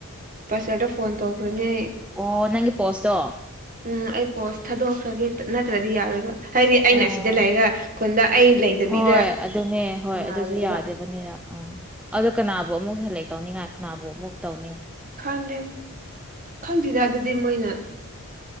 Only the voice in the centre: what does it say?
ꯑꯣ ꯅꯪꯒꯤ ꯄꯣꯁꯇꯣ
ꯑꯣ
ꯍꯣꯏ ꯑꯗꯨꯅꯦ ꯍꯣꯏ
ꯑꯗꯨꯁꯨ ꯌꯥꯗꯦꯕꯅꯤꯅꯥ ꯑ ꯑꯗꯨꯣ ꯀꯅꯥꯕꯨ ꯑꯃꯨꯛ ꯍꯜꯂꯛꯀꯦ ꯇꯧꯅꯤꯡꯉꯥꯛꯅꯥꯕꯨ ꯑꯃꯨꯛ ꯇꯧ